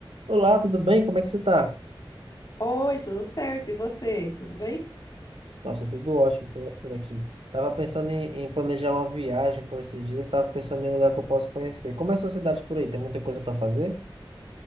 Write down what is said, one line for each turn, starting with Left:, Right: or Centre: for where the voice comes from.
Right: Olá, tudo bem? Como é que você tá?
Left: Oi, tudo certo? E você? Tudo bem?
Right: Nossa, tudo ótimo por, por aqui. Tava pensando em, em planejar uma viagem por esses dias, tava pensando em um lugar que eu posso conhecer. Como é a sua cidade por aí? Tem muita coisa para fazer?